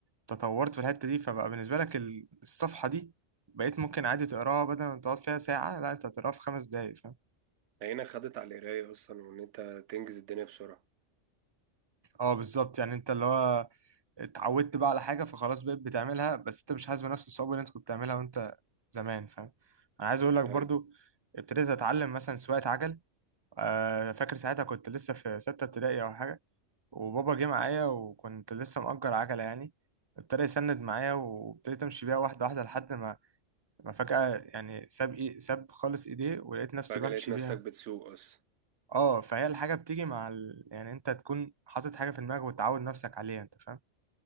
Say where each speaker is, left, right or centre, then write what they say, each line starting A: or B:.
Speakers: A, on the right (about 35°); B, on the right (about 70°).
A: تطورت في الحتة دي فبقى بالنسبة لك ال- الصفحة دي بقيت ممكن عادي تقراها بدل ما تقعد فيها ساعة لا انت هتقراها في خمس دقايق فاهم
B: هنا خدت على القراية أصلا وإن أنت تنجز الدنيا بسرعة
A: اه بالظبط يعني انت اللي هو اتعودت بقى على حاجة فخلاص بقيت بتعملها بس انت مش حاسس بنفس الصعوبة اللي انت كنت بتعملها وانت زمان فاهم انا عايز اقول لك برضو
B: أيوة
A: ابتديت اتعلم مثلا سواقة عجل آه، فاكر ساعتها كنت لسه في ستة ابتدائي او حاجة وبابا جه معايا وكنت لسه مأجر عجلة يعني ابتدى يسند معايا وابتديت امشي بيها واحدة واحدة لحد ما انا فجأة يعني ساب إيه ساب خالص ايديه ولقيت نفسي
B: فجأة
A: بمشي
B: لقيت نفسك
A: بيها
B: بتسوق أصلا
A: اه فهي الحاجة بتيجي مع ال... يعني انت تكون حاطط حاجة في دماغك وتعود نفسك عليها انت فاهم